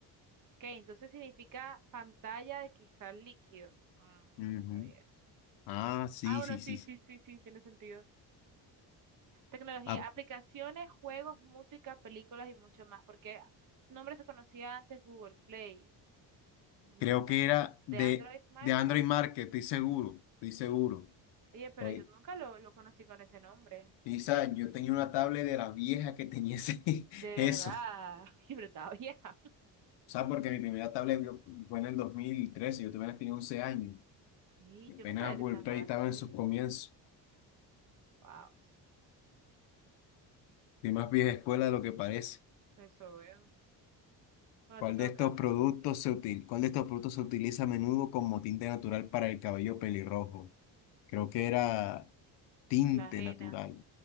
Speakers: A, on the right; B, on the left.
A: Ok, entonces significa pantalla de cristal líquido. Ah,
B: Ujú.
A: no sabía eso.
B: Ah, sí,
A: Ah, bueno,
B: sí,
A: sí,
B: sí. sí.
A: sí, sí, sí, tiene sentido. Tecnología,
B: Ah,
A: aplicaciones, juegos, música, películas y mucho más, porque nombre se conocía antes Google Play, o
B: creo
A: sea,
B: que era de,
A: de Android Market.
B: de Android Market, estoy seguro, estoy seguro.
A: Oye, pero
B: Oye,
A: yo nunca lo, lo conocí con ese nombre.
B: Pisa, yo tenía una tablet de las viejas que tenía ese- <laughs>
A: De
B: eso.
A: verdad,
B: O
A: <laughs> y pero estaba vieja.
B: sea, porque mi primera tablet yo- fue en el 2013, yo apenas tenía 11 años.
A: Y yo
B: Pena
A: no sabía
B: Apple
A: que se llamaba
B: Pay
A: así.
B: estaba en sus comienzos
A: Wow,
B: y más vieja escuela de lo que parece.
A: eso veo. No
B: ¿Cuál
A: te toca.
B: de estos productos se util, cuál de estos productos se utiliza a menudo como tinte natural para el cabello pelirrojo? Creo que era tinte
A: La ajena,
B: natural.